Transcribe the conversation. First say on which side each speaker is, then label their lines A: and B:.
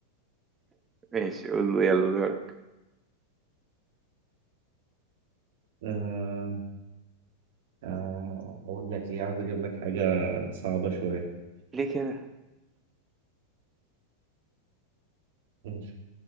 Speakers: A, on the right (about 20°); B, on the right (about 55°).
A: ماشي قول لي يلا دورك
B: آه آه أقول لك إيه عاوز أجيب لك حاجة صعبة شوية
A: ليه كده
B: ماشي